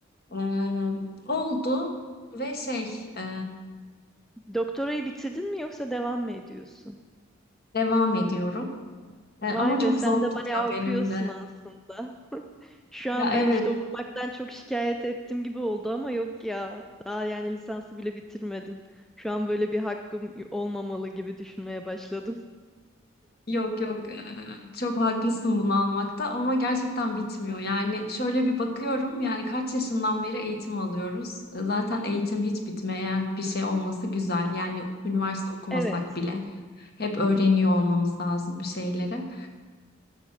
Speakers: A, on the left; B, in the centre.
A: Ee, oldu ve şey e,
B: Doktorayı bitirdin mi yoksa devam mı ediyorsun?
A: devam ediyorum. E, ama
B: Vay
A: çok
B: be sen
A: zor
B: de
A: gidiyor
B: bayağı okuyorsun
A: benim de.
B: aslında. Şu
A: Ya
B: an
A: evet
B: ben işte okumaktan çok şikayet ettim gibi oldu ama yok ya. Daha yani lisansı bile bitirmedim. Şu an böyle bir hakkım olmamalı gibi düşünmeye başladım.
A: yok yok e, çok haklısın bunu almakta ama gerçekten bitmiyor. Yani şöyle bir bakıyorum yani kaç yaşından beri eğitim alıyoruz. E, Zaten eğitim hiç bitmeyen bir şey olması güzel. Yani üniversite okumasak
B: Evet.
A: bile hep öğreniyor
B: Hı hı.
A: olmamız lazım bir şeyleri.